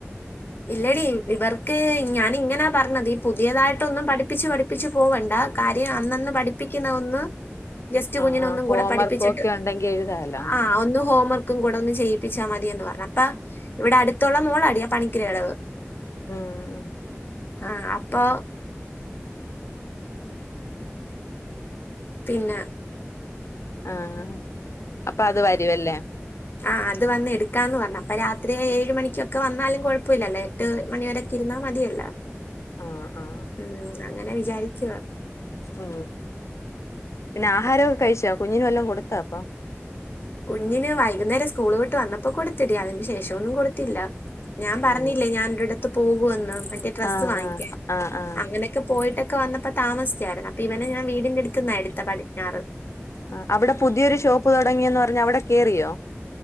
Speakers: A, on the left (about 45°); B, on the left (about 80°).
A: ഇല്ലടി ഇവർക്ക് ഞാനിങ്ങനാ പറഞ്ഞത് ഈ പുതിയതായിട്ടൊന്നും പഠപ്പിച്ച് പഠിപ്പ പ്പിച്ച് പോവണ്ട കാര്യം അന്നന്ന് പഠിപ്പിക്കുന്ന ഒന്ന്
B: <inaudible>
A: ജസ്റ്റ് കുഞ്ഞിന്
B: ആ
A: ഒന്നും കൂടെ
B: ഹോം
A: പഠിപ്പിച്ചിട്ട്
B: വർക്കും ഒക്കെ ഉണ്ടെങ്കി എഴുതാലോ
A: ആ ഒന്ന് ഹോംവർക്ക് ക്കും കൂടെ ഒന്ന് ചെയ്യിപ്പിച്ചാ മതിയന്ന് പറഞ്ഞു. അപ്പ ഇവിടെ അടുത്തുള്ള മോളാടി ആ പണിക്കര കടവ്
B: ഉം
A: ആഹ് അപ്പൊ പിന്നെ
B: ആഹ്. അപ്പൊ അത് വരുവല്ലേ.
A: ആഹ് അത് വന്നെടുക്കാന്ന് പറഞ്ഞു അപ്പൊ രാത്രി ഏഴ് മണിക്കൊക്കെ വന്നാലും കുഴപ്പമില്ലല്ലോ എട്ട് മണി വരെ തിരുന്നാ മതിയല്ലോ.
B: ആ ആ
A: ഉം അങ്ങനെ വിചാരിക്കുവ.
B: ഉ. പിന്നെ ആഹാരമൊക്കെ കഴിച്ചോ, കുഞ്ഞിന് വല്ലോം കൊടുത്താ അപ്പൊ?
A: കുഞ്ഞിന് വൈകുന്നേരം സ്കൂള് വിട്ട് വന്നപ്പോ കൊടുത്തെടി, അതിന് ശേഷം ഒന്നും കൊടുത്തില്ല. ഞാൻ പറഞ്ഞില്ലേ
B: ഉം
A: ഞാനൊരിടത്ത് പോകുവന്ന്, മറ്റേ ഡ്രസ്സ്
B: ആ
A: വാങ്ങിക്കാൻ.
B: ആ ആ ആ
A: അങ്ങനെക്കെ പോയിട്ടൊക്കെ വന്നപ്പോ താമസിച്ചാരുന്ന് അപ്പൊ ഇവനെ ഞാൻ വീടിന്റടുത്തുന്നാ എടുത്തെ പടിഞ്ഞാറ്.
B: ആഹ് അവിടെ പുതിയൊരു ഷോപ്പ് തുടങ്ങിയന്ന് പറഞ്ഞ് അവിടെ കേറിയോ?